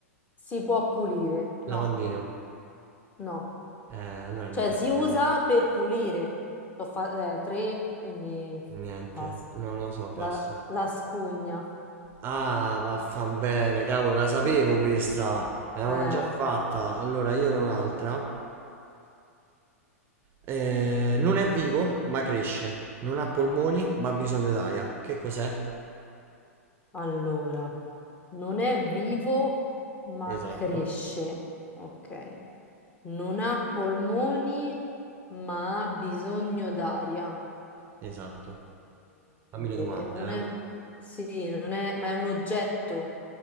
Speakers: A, on the left; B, on the right.
A: si può pulire. No,
B: Lavandino.
A: no.
B: Eh, allora niente,
A: Cioè si
B: ho
A: usa
B: sbagliato.
A: per pulire. Sto fa- eh, tre, quindi
B: Niente,
A: basta.
B: non lo so,
A: La,
B: passo.
A: la spugna.
B: Ah, vaffan bene, cavolo, la sapevo questa. Me l'avevano
A: Eh,
B: già fatta. Allora, io ne ho un'altra. Eh, non è vivo, ma cresce. Non ha polmoni, ma ha bisogno d'aria. Che cos'è?
A: allora, non è vivo, ma
B: Esatto,
A: cresce. Ok. Non ha polmoni, ma ha bisogno d'aria.
B: esatto. Fammi le domande,
A: E non è, sì, non è, ma è un oggetto,